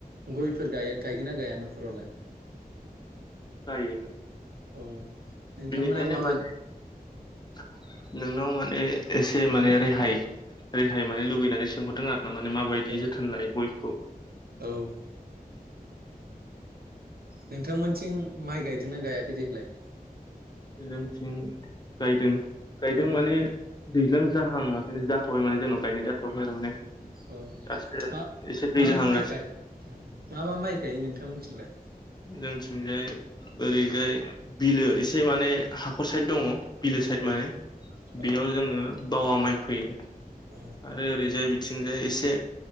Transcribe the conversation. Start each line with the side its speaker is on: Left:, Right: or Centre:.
Right: गयफोर गायगोन ना गाया न'फोरावलाय
Left: जायो
Right: औ नोंथांमोना
Left: बिनिखायनो
Right: माबायदि
Left: माने नोंनाव माने एसे माने रेहाय रेहाय माने लुगैनानै सोंहरदों आरो माने माबायदि
Right: औ
Left: जोथोन लायो गयखौ
Right: औ नोंथांमोनथिं माइ गायदोंना गायाखै देग्लाय
Left: जोंनिथिं गायदों गायदों
Right: औ
Left: माने दैज्लां जाहांआखै, बि जाथ'वाखैय माने जोंनाव गायनाय जाथ'वाखै आरो माने,
Right: औ
Left: दासो
Right: मा-मा
Left: एसे दै जाहांगासिनो
Right: माइ गाय ओं मा मा माइ गायो नोंथांमोनथिंलाय?
Left: जोंथिंजाय ओरैजाय बिलो एसे माने हाखर साइद दंङ, बिलो साइद
Right: औ
Left: माने
Right: औ
Left: बेयाव जोंङो बावा माइ फैयो,
Right: औ
Left: आरो ओरैजाय बिथिंजाय एसे